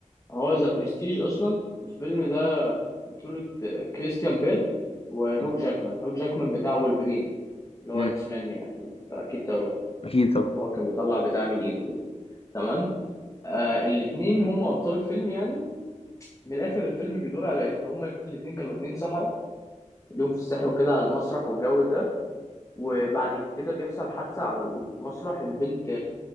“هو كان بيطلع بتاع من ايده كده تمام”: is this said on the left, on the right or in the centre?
Left